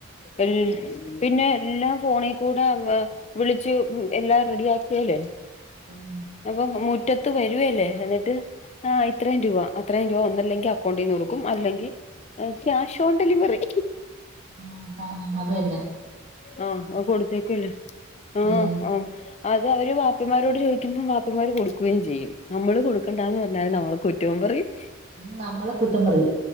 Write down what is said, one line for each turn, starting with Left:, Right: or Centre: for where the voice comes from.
Left: എൽ പിന്നെ എല്ലാം ഫോണിക്കുടെ വിളിച്ചു എല്ലാം റെഡിയാക്കിയലേ
Right: ഉം
Left: അപ്പോ മുറ്റത്ത് വരുവേലേ എന്നിട്ട് ആ ഇത്രയും രൂപ, അത്രയും രൂപ ഒന്നല്ലെങ്കി അക്കൗണ്ടീന്ന് കൊട്ക്കും. അല്ലെങ്കി ഏഹ് ക്യാഷ് ഓൺ ഡെലിവറി
Right: ഉം, ആഹ്, ആഹ് അതെന്നെ.
Left: ആ ആ കൊടുത്തേക്കല്ലേ ആഹ്
Right: ഉം
Left: ആ അതേ അവര് വാപ്പിമാരോട് ചോയിക്കുമ്പം വാപ്പിമാര് കൊടുക്കുകയും ചെയ്യും നമ്മള് കൊടുക്കണ്ടാന്ന് പറഞ്ഞാല് നമ്മള് കുറ്റവും പറയും
Right: ഉം നമ്മളെ കുറ്റം പറയും